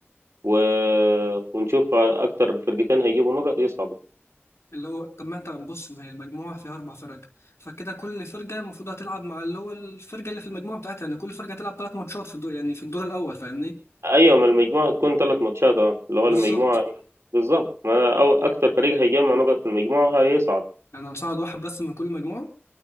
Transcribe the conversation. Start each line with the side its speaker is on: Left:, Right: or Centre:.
Right: و... ونشوف أكتر فرقتين هيجيبوا نقط يصعدوا
Left: اللي هو طب ما انت بص ما هي المجموعة فيها أربع فرق فكده كل فرقة المفروض هتلعب مع اللي هو الفرقة اللي في المجموعة بتاعتها يعني كل فرقة هتلعب ثلاث ماتشات في الدور يعني في الدور الأول فاهمني
Right: أيوة ما المجموعة هتكون ثلاث ماتشات اه اللي هو
Left: بالظبط
Right: المجموعة بالظبط ما أو أكتر فريق هيجمع نقط في المجموعة هيصعد
Left: يعني هنصعد واحد بس من كل مجموعة